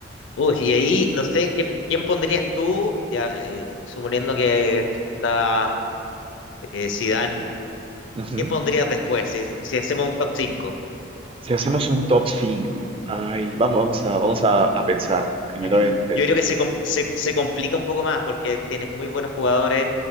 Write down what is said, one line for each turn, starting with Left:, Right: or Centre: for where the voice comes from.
Left: Uy, y ahí, no sé, ¿qué, quién pondrías tú, ya eh, suponiendo que está eh, Zidane,
Right: Ujú.
Left: ¿quién pondrías después si, si hacemos un top cinco
Right: Si hacemos un top 5, ay, vamos, vamos a, vamos a, a pensar primero
Left: Aquí,
Right: en,
Left: yo creo que se, com- se, se complica un poco más porque tienes muy buenos jugadores,